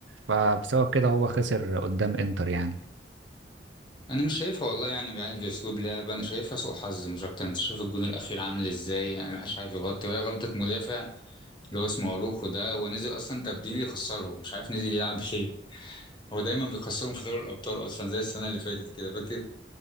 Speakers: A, on the right (about 85°); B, on the left (about 25°).
A: فبسبب كده هو خسر قدام انتر يعني
B: انا مش شايفها والله يعني يعني دي اسلوب لعب انا شايفها سوء حظ مش اكتر انت شايف الجون الاخير عامل ازاي يعني محدش عارف يغطي وهي غلطه مدافع اللي هو اسمه اروخو ده هو نزل اصلا تبديل يخسرهم مش عارف نزل يلعب <laughs> ليه هو دايما بيخسرهم في دوري الابطال اصلا زي السنه اللي فاتت كده فاكر